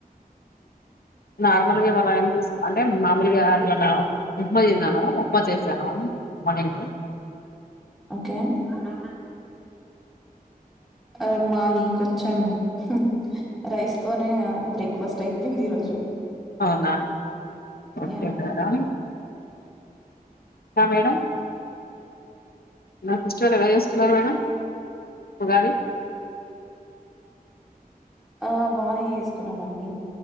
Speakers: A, on the left; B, in the centre.
A: నార్మల్గా ఇవాళ ఏ అంటేర్ ములుగా ఎలా ఉన్నావు? ఉప్మా చేసినాను, ఉప్మా చేశాను. మొన్న నేను
B: ఓకే <unintelligible> అ మాది కొంచెం హు రైస్ తోనే బ్రేక్ఫాస్ట్ అయిపోయింది ఈ రోజు.
A: అవునా ఓకే
B: యా
A: మేడం ఆ మేడం నా ఫెస్టివల్ ఎలా చేసుకున్నారు మేడం ఉగాది.
B: ఆ బానే చేసుకున్నామండి.